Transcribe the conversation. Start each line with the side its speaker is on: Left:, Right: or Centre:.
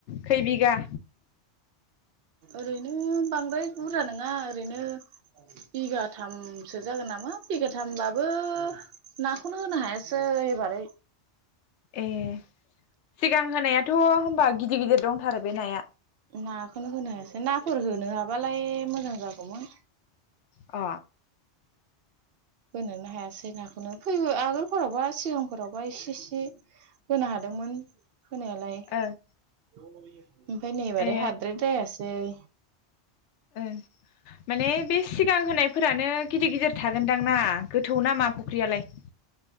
Left: खै बिघा?
Right: ओरैनो बांद्राय बुरजा नङा ओरैनो बिगाथामसो जागोन नामा बिगाथामबाबो नाखौनो होनो हायासै एबारै
Left: ए सिगां होनायाथ' होनबा गिदिर गिदिर दंथारो बे नाया।
Right: ना खौनो होनो हायासै नाफोर होनो हाबालाय से मोजां जागौमोन।
Left: अ
Right: होनोनो हायासै नाखौनो फै आगोलफोरावबा सिगांफोरावबा इसे इसे होनो हादोंमोन। होनालाय।
Left: ओं
Right: <unintelligible> ओमफाय नै एबारै
Left: ए
Right: हाद्राय द्रायास दै
Left: ओं माने बे सिगां होनायफोरानो गिदिर गिदिर थागोनदां ना गोथौ नामा फुख्रियालाय?